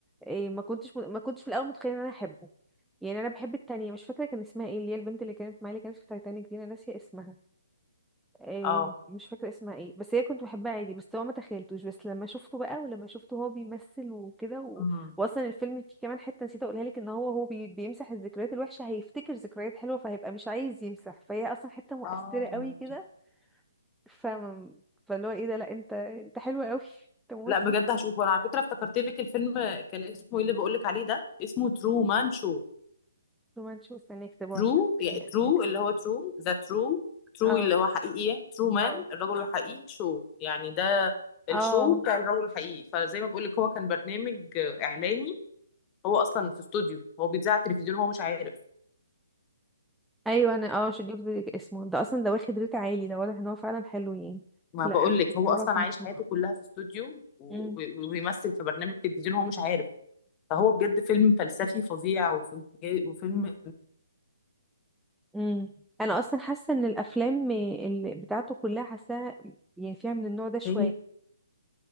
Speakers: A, in the centre; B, on the left.
A: إيه ما كنتش ما كنتش في الاول متخيله ان انا احبه يعني انا بحب التانية مش فاكره كان اسمها ايه اللي هي البنت اللي كانت معايا اللي كانت في تايتانيك دي انا ناسيه اسمها آه،
B: اه
A: مش فاكرة اسمها ايه بس هي كنت بحبها عادي بس هو ما تخيلتوش بس لما شفته بقى ولما شفته هو بيمثل وكده و...
B: أمم.
A: واصلا الفيلم فيه كمان حتة نسيت اقولها لك ان هو هو بي... بيمسح الذكريات الوحشة هيفتكر ذكريات حلوة فهيبقى مش عايز يمسح فهي اصلا حتة مؤثرة
B: اه
A: قوي كده ف فاللي هو ايه ده لا انت انت حلو قوي انت ممثل
B: لا بجد
A: شاطر
B: هشوفه انا على فكرة افتكرت لك الفيلم كان اسمه ايه اللي بقول لك عليه ده اسمه ترو مان شو
A: وما نشوف استنى يكتبوا
B: ترو
A: عشان
B: يعني
A: يعني
B: ترو اللي هو ترو ذا ترو ترو
A: اه
B: اللي هو حقيقي ترو مان
A: اه
B: الرجل الحقيقي شو يعني ده
A: اه
B: الشو بتاع الرجل الحقيقي فزي ما بقول لك هو كان برنامج اعلاني هو اصلا في استوديو هو بيتذاع على التلفزيون هو مش عارف
A: ايوه انا اه شفت اسمه ده اصلا ده واخد ريت عالي ده واضح ان هو فعلا حلو يعني
B: ما
A: لا
B: بقول
A: انا
B: لك
A: هسيبه
B: هو اصلا
A: عشان
B: عايش
A: اشوفه
B: حياته كلها في استوديو و-
A: امم
B: و- وبيمثل في برنامج تلفزيون هو مش عارف فهو بجد فيلم فلسفي فظيع وف- وفيلم
A: امم انا اصلا حاسه ان الافلام اللي بتاعته كلها حاساها يعني فيها من النوع ده شويه
B: انساني